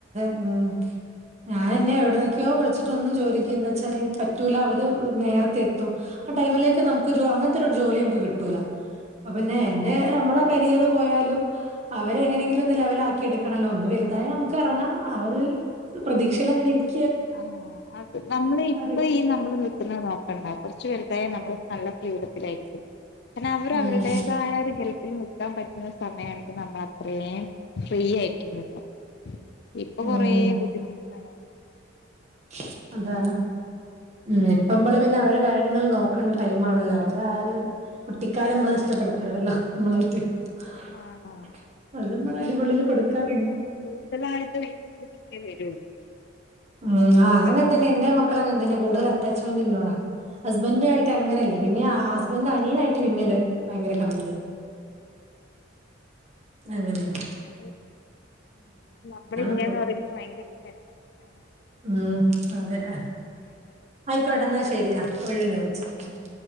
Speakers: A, on the right; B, on the left.
A: ഉം ഞാനെന്നേ എവിടുന്നൊക്കെയോ വിളിച്ചിട്ടൊന്നും ചോതിക്കും എന്താച്ചാല് പറ്റൂല അവര് നേരത്തെ എത്തും ആഹ് ടൈമിലേക്ക് നമുക്കൊരു അങ്ങനത്തൊരു ജോലി നമുക്ക് കിട്ടൂലാ അഹപിന്നെ
B: ആഹ്
A: എന്റെ നമ്മളെ കരിയറ് പോയാലും ഹ് അവരെ എങ്ങനെങ്കിലൊന്ന്ലെവലാക്കി എടുക്കണല്ലോ അത് വെലുതായ നമുക്ക് എറങ്ങാ ആ ഒര് പ്രതീക്ഷയിലങ്ങനെരിക്ക
B: ആഹ് അത് നമ്മള് ഇപ്പ
A: അവര്
B: ഈ നമ്മള് നിക്കുന്നത് നോക്കണ്ട കൊറച്ച് വെലുതായ നമ്മള് നല്ല ഫ്രീഡത്തിലായിക്കും പിന്നാവര്
A: ഉം
B: അവരുടേതായ ഒരു ഗൽപ്പില് നി ക്കാൻ പറ്റുന്ന സമയാണെങ്കി നമ്മളത്രേം ഫ്രീ ആയിരിക്ക്യും പിന്നേ ഇപ്പൊ കൊറേ
A: ഉം
B: ബുദ്ധിമുട്ടിലാണ് ഞാൻ
A: <inaudible> അതാണ് ഉം ഇപ്പമ്പള് പിന്ന അവരെ കാര്യങ്ങൾ നോക്കണ്ട ടൈമാണല്ലോ അവരാ അ ഒരു കുട്ടിക്കാലം മ്മള് നഷ്ടപ്പെടുത്തരുതല്ലോ മ്മളായിട്ട് ഹ്ആ
B: ആഹ്
A: അത് മ്മള് അടിപൊളീല് കൊടുക്കാ പിന്നെ
B: കൂടുതലായിട്ട് ഇന്റെട്ത്തിക്കേ വെരുഉള്ളൂ
A: ഉം ആഹ് അതങ്ങൻതന്നെ എന്റെ മക്കളങ്ങൻതന്നെ കൂടുതൽ അറ്റാച്ച്മെന്റിന്നോടാ ഹസ്ബന്റായിട്ടങ്ങനെയില്ല. പിന്നെ, ആഹ് ഹസ്ബന്റ് അനിയനായിട്ട് പിന്നീംഒര് ഭയങ്കര കമ്പനിയാ അങ്ങെനെയാണ്
B: അത് മക്കളില്ലാന്ന്
A: ഇപ്പൊ
B: പറയുമ്പോ ഭയങ്കരം ടെൻഷനാണ്
A: ഉം അതെ അ ആയിക്കോട്ടെന്നാ ശെരിയാ ഒഴിവിന് വിളിച്ചോ